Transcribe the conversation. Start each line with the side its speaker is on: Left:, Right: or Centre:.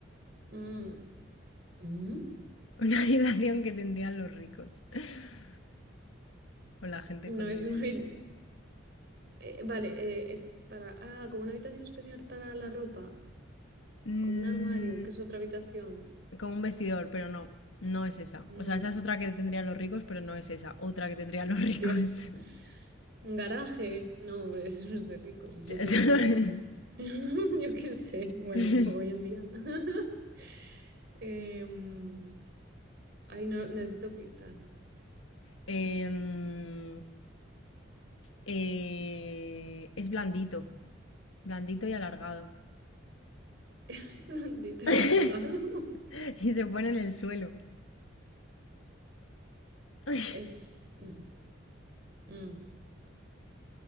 Right: Mm, ¿mm?
Left: Una habitación que tendrían los ricos <laughs> o la gente
Right: No,
Left: con
Right: es
Left: dinero.
Right: una... habi- eh, vale, eh, es para... Ah, como una habitación especial para la ropa.
Left: Mm,
Right: Como un armario, que es otra habitación.
Left: como un vestidor, pero no, no es esa.
Right: No,
Left: O sea, esa es otra que tendrían los ricos, pero no es esa. Otra que tendrían los ricos.
Right: Dios. <laughs> Un garaje. No, hombre, eso no es de ricos, eso
Left: <laughs> Eso
Right: tiene mucha
Left: es.
Right: gente. <laughs> Yo qué sé, bueno,
Left: <laughs>
Right: hoy en día. <laughs> Em, ay, no, necesito pista. <laughs>
Left: Em, eh, es blandito. Blandito y alargado.
Right: Es blandito y
Left: <laughs>
Right: alargado.
Left: Y se pone en el suelo. <laughs>
Right: <laughs> Es. mm, mm,